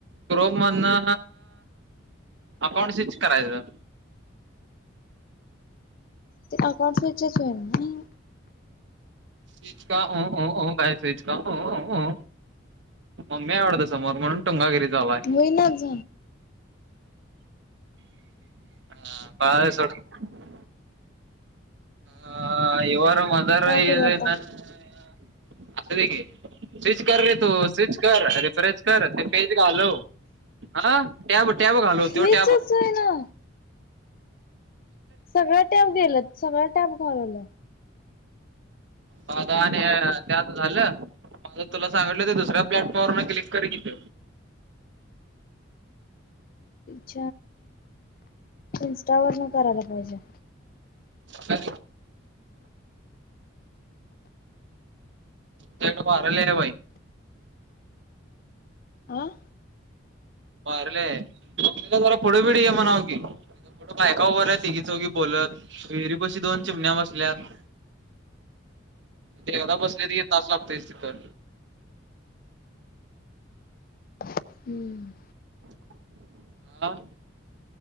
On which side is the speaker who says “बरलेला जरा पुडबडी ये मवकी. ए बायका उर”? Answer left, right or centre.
Right